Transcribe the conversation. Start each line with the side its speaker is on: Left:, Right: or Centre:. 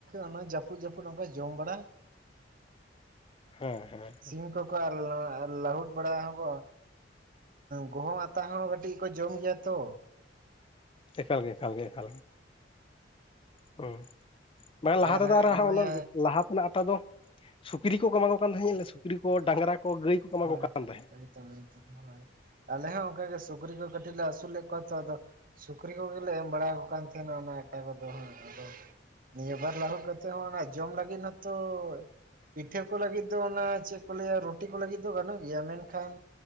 Right: ᱚᱱᱟ ᱡᱟᱹᱯᱩᱜ ᱡᱟᱹᱯᱩᱜ ᱚᱱᱠᱟ ᱡᱚᱢ ᱵᱟᱲᱟ᱾
Left: ᱦᱮᱸ ᱦᱮᱸ᱾
Right: ᱥᱤᱢ ᱠᱚᱠᱚ ᱟᱨ ᱞᱟᱹᱦᱩᱫ ᱵᱟᱲᱟ ᱦᱚᱸᱵᱚ᱾ ᱜᱚᱦᱚᱢ ᱟᱛᱟ ᱦᱚᱸ ᱠᱟᱹᱴᱤᱡ ᱠᱚ ᱡᱚᱢ ᱜᱮᱭᱟ ᱛᱚ᱾
Left: ᱮᱠᱟᱞ ᱜᱮ ᱮᱠᱟᱞ ᱜᱮ ᱮᱠᱟᱞ ᱜᱮ᱾ ᱦᱩᱸ ᱵᱟᱝ ᱞᱟᱦᱟ
Right: ᱦᱟᱸᱜ
Left: ᱛᱮᱫᱚ ᱟᱨ
Right: ᱱᱚᱜᱼᱚᱭ
Left: ᱚᱱᱟ
Right: ᱦᱟᱸᱜ
Left: ᱞᱟᱦᱟ ᱛᱮᱱᱟᱜ ᱟᱴᱟ ᱫᱚ? ᱥᱩᱠᱨᱤ ᱠᱚ ᱮᱢᱟᱠᱢᱟ ᱠᱚ ᱠᱟᱱ ᱛᱟᱦᱮᱸᱫᱮ ᱥᱩᱠᱨᱤ ᱠᱚ ᱰᱟᱝᱨᱟ ᱠᱚ ᱜᱟᱹᱭ ᱠᱚ᱾
Right: <unintelligible>
Left: ᱮᱢᱟ ᱠᱟᱱ ᱛᱟᱦᱮᱸᱫ
Right: ᱟᱞᱮ ᱦᱚᱸ ᱚᱱᱠᱟ ᱜᱮ ᱥᱩᱠᱨᱤ ᱠᱚ ᱠᱟᱹᱴᱤᱡ ᱞᱮ ᱟᱹᱥᱩᱞ ᱞᱮᱫ ᱠᱚᱣᱟ ᱛᱚ ᱟᱫᱚ ᱥᱩᱠᱨᱤ ᱠᱚᱜᱮᱞᱮ ᱮᱢ ᱵᱟᱲᱟᱣ ᱟᱠᱚ ᱠᱟᱱᱟ ᱾ ᱠᱟᱱ ᱛᱟᱦᱮᱱᱟ ᱚᱱᱟ ᱮᱴᱟᱜ ᱠᱚᱫᱚ ᱟᱫᱚ᱾ ᱱᱤᱭᱟᱹᱵᱟᱨ ᱞᱟᱹᱟᱦᱩᱫ ᱠᱟᱛᱮ ᱦᱚᱸ ᱚᱱᱟ ᱡᱚᱢ ᱞᱟᱹᱜᱤᱫ ᱢᱟᱛᱚ ᱯᱤᱴᱷᱟᱹ ᱠᱚ ᱞᱟᱹᱜᱤᱫ ᱫᱚ ᱚᱱᱟ ᱪᱮᱫ ᱠᱚ ᱞᱟᱹᱭᱟ ᱨᱩᱴᱤ ᱠᱚ ᱞᱟᱹᱜᱤᱫ ᱫᱚ ᱜᱟᱱᱚᱜ ᱜᱮᱭᱟ ᱢᱮᱱᱠᱷᱟᱱ